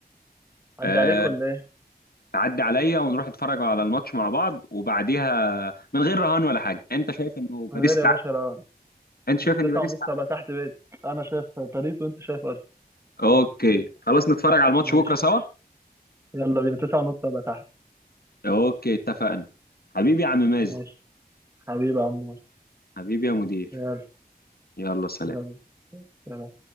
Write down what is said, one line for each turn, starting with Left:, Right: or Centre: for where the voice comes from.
Right: عدي
Left: أه
Right: عليك ولا ايه
Left: تعدي عليا ونروح نتفرج على الماتش مع بعض وبعديها من غير رهان ولا حاجه انت شايف انه
Right: من
Left: باريس
Right: غير
Left: تعدي
Right: يا باشا لا.
Left: انت شايف
Right: بس
Left: ان
Right: تسعة
Left: باريس
Right: ونص
Left: تعدي
Right: هبقى تحت بيتك انا شايف باريس وانت شايف ارسنال
Left: اوكي خلاص نتفرج على الماتش
Right: ماشي
Left: بكره سوا
Right: يلا بينا تسعة ونص ابقى تحت
Left: اوكي اتفقنا حبيبي يا عم مازن
Right: ماشي حبيبي يا عمور
Left: حبيبي يا مدير
Right: يلا
Left: يلا سلام
Right: يلا سلام.